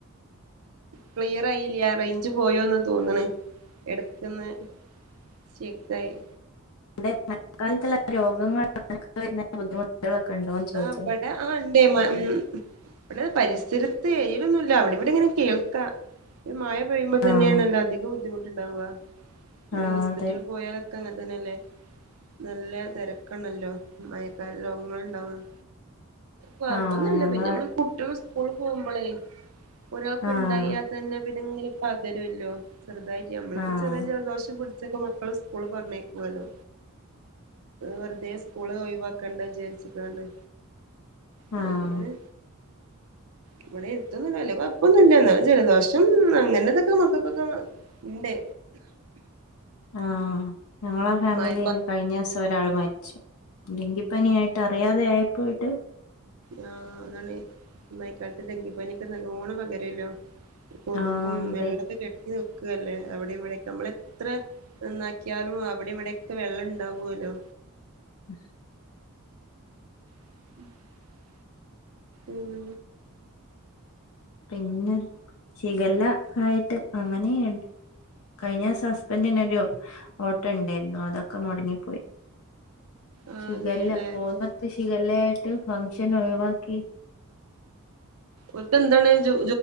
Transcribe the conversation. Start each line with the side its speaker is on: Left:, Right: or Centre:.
Right: ക്ലിയർ ആയില്ല റേഞ്ച് പോയോന്ന് തോന്ന്ണ് എടക്കൊന്ന് സ്റ്റക്കായി
Left: വ്ടെ മഴക്കാലത്തുള്ള രോഗങ്ങൾ <unintelligible> ഉണ്ടോന്ന് ചോദിച്ചത്
Right: ആ വ്ടെ ആ ഉണ്ടേ മ് ഇവിടെ പരിസരം പേരൊന്നുമില്ല ഇല്ല അവിടെ ഇവിടെ ഇങ്ങനെ കേൾക്കാം ഒരു മഴ പെയ്യുമ്പോ തന്നേയാണല്ലോ
Left: ആഹ്
Right: അധികം ബുദ്ധിമുട്ട് ഇണ്ടാവൃ നമ്മളീ
Left: ആഹ്
Right: ഹോസ്പിറ്റലി
Left: അതെ
Right: പോയാലൊക്കെ അങ്ങനെ തന്നെയല്ലേ നല്ല തെരക്കണല്ലോ മയക്കാല രോഗങ്ങള് ഇണ്ടാവും കൊഴപ്പൊന്നും
Left: ആഹ്
Right: ഇല്ല
Left: ഞങ്ങള
Right: പിന്നെ നമ്മള് കുട്ടികള് സ്കൂളിപോകുമ്പളേ ഒരാക്ക്
Left: ആഹ്
Right: ഇണ്ടായി അതന്നെ പി ഇങ്ങനെ പകരുവല്ലോ ചെുതായിട്ട് ഞമ്മളിപ്പോ
Left: ആഹ്
Right: ചെറിയ ജലദോശം പിടി ഉച്ചക്ക് മക്കള് സ്കൂളിൽ പറഞ്ഞയക്കണമല്ലോ വെറുതെ സ്കൂള് ഒഴിവാക്കണ്ട വിചാരിച്ചാണ്
Left: ആഹ്
Right: ഇതെപ്പങ്ങനെ ഇവിടെ എടുത്തൊന്നും വല്ലകൊയപ്പൊന്നല്ലൃന്ന് ജലദോഷം അങ്ങനെതൊക്കെ മക്കക്കൊക്കെ ഉണ്ട്
Left: ആ ഞങ്ങളെ ഫാമിലിയിയില്
Right: മഴ
Left: കഴിഞ്ഞീസം ഒരാൾ മരി ച്ചു ഡെങ്കിപ്പനിയായിട്ട് അറിയാതെ ആയിപ്പോയിട്ട്
Right: ആ അതാണ് മയക്കാലത്ത് ഡെങ്കിപനിക്കെ നല്ലോണം പകരോല്ലോ കൊതുകും
Left: ആഹ് അതെ
Right: വെള്ളക്കെകെട്ടി നോക്കുവല്ലേ അവിടെ ഇവിടെക്കെ നമ്മള എത്ര നന്നാക്കിയാലും അവിടെ ഇവിടെക്കെ വെള്ളം ഇണ്ടാവല്ലോ
Left: <inaudible>
Right: <inaudible> ഉം
Left: പിന്നെ ചിഗല്ല ആയിട്ട് അങ്ങനെയായി കഴിഞ്ഞിസം സസ്പെൻഡിനരു ഓട്ടം ഉണ്ടായിരുന്നു അതൊക്കെ മൊടങ്ങിപ്പോയി
Right: ആഹ്
Left: ഷിഗല്ല
Right: അതെല്ലേ
Left: പോന്നടുത്ത് ഷിഗല്ലായിട്ട് ഫംഗ്ഷൻ ഒഴിവാക്കി
Right: ഓൽക് എന്താണ് ജോ